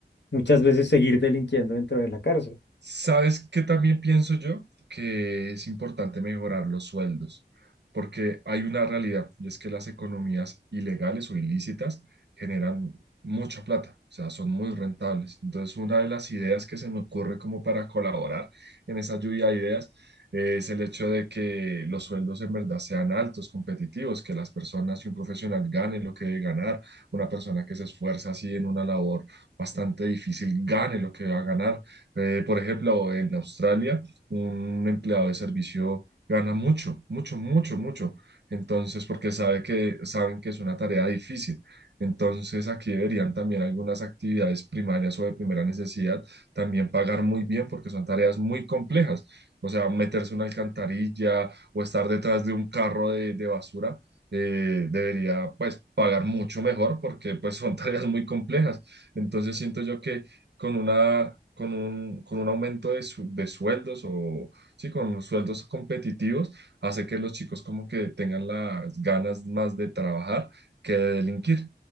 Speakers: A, on the left (about 85°); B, on the right (about 80°).
A: muchas veces seguir delinquiendo dentro de la cárcel.
B: ¿Sabes qué también pienso yo? Que es importante mejorar los sueldos, porque hay una realidad y es que las economías ilegales o ilícitas generan mucha plata, o sea, son muy rentables. Entonces, una de las ideas que se me ocurre como para colaborar en esa lluvia de ideas eh, es el hecho de que los sueldos en verdad sean altos, competitivos, que las personas y un profesional gane lo que debe ganar, una persona que se esfuerza así en una labor bastante difícil gane lo que va a ganar eh, por ejemplo, en Australia, un empleado de servicio gana mucho, mucho, mucho, mucho. Entonces, porque sabe que, saben que es una tarea difícil. Entonces, aquí deberían también algunas actividades primarias o de primera necesidad también pagar muy bien porque son tareas muy complejas. O sea, meterse una alcantarilla o estar detrás de un carro de, de basura eh, debería pues pagar mucho mejor porque pues son <laughs> tareas muy complejas. Entonces siento yo que con una, con un, con un aumento de, su- de sueldos o sí, con sueldos competitivos, hace que los chicos como que tengan las ganas más de trabajar que de delinquir.